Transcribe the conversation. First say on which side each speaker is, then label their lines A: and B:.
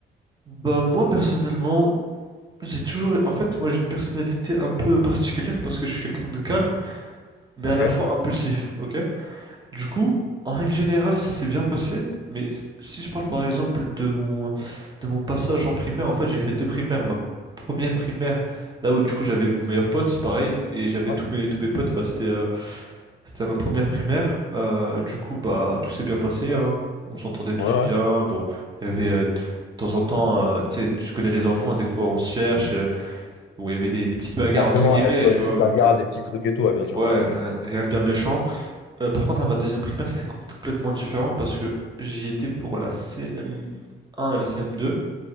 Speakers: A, on the right (about 20°); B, on the left (about 75°).
A: Bah, moi, personnellement, j'ai toujours... En fait, moi, j'ai une personnalité un peu particulière parce que je suis quelqu'un de calme, mais
B: Ok?
A: à la fois impulsif, ok? Du coup, en règle générale, ça s'est bien passé, mais s- si je parle par exemple de mon, de mon passage en primaire, en fait, j'ai fait deux primaires. Ma première primaire, là où du coup j'avais mon meilleur pote, pareil, et j'avais
B: Ouais,
A: tous mes, tous mes potes, bah, c'était euh, c'était ma première primaire. Euh, du coup, bah, tout s'est bien passé, hein. On s'entendait tous
B: Ouais. ouais.
A: bien. Bon, il y avait euh, de temps en temps, euh, tu sais, tu connais les enfants, des fois on se cherche. euh, bon, il y avait des, des petites bagarres
B: Forcément,
A: entre guillemets,
B: il y a toujours
A: tu
B: des petites
A: vois,
B: bagarres,
A: donc euh,
B: des petits trucs et tout, ouais, bien sûr.
A: ouais,
B: Ouais,
A: rien rien de bien méchant. Euh, par contre, à ma deuxième primaire, c'était complètement différent parce que j'y étais pour la CM1 et la CM2.